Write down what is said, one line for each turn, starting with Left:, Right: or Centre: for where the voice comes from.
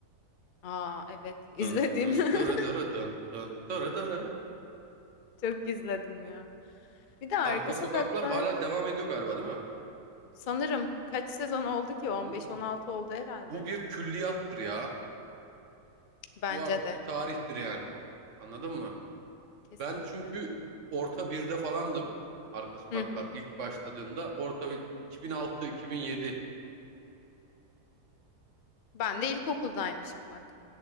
Left: <laughs> Aa evet izledim.
Right: dın dın
Left: <laughs>
Right: dırı dırı dın dın dırı dırı.
Left: Çok izledim ya. Bir de Arka
Right: Arka
Left: Sokaklar
Right: sokaklar hala devam ediyor galiba değil mi?
Left: sanırım kaç sezon oldu ki? 15-16
Right: Bu
Left: oldu herhalde.
Right: bu bir külliyattır ya.
Left: Bence
Right: Bu artık
Left: de
Right: bir tarihtir yani bu. Anladın mı?
Left: kesinlikle.
Right: Ben çünkü orta birde falandım. Arka sokaklar
Left: Hı hı.
Right: ilk başladığında orta bir 2006-2007
Left: Ben de ilkokuldaymışım bak.